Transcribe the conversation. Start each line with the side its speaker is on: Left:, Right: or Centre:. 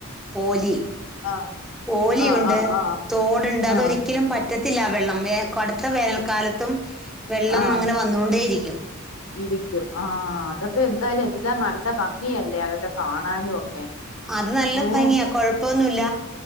Centre: കോലി
Left: ആഹ്
Centre: ഓലിയുണ്ട്
Left: ആഹ് ആഹ് ആഹ്
Centre: തോടുണ്ട് അതൊരിക്കലും
Left: ആഹ്
Centre: പറ്റ റ്റത്തില്ല വെള്ളം വേ കടുത്ത വേനൽക്കാലത്തും വെള്ളം
Left: ആഹ്
Centre: അങ്ങനെ വന്നുകൊണ്ടേയിരിക്കും
Left: ഇരിക്കും ആ അതൊക്കെ എന്തായാലും എല്ലാം നല്ല ഭംഗിയല്ലേ അതൊക്കെ കാണാനും ഒക്കെ
Centre: അത് നല്ല
Left: ഏഹ്
Centre: ഭംഗിയാ കൊഴപ്പൊന്നുല്ല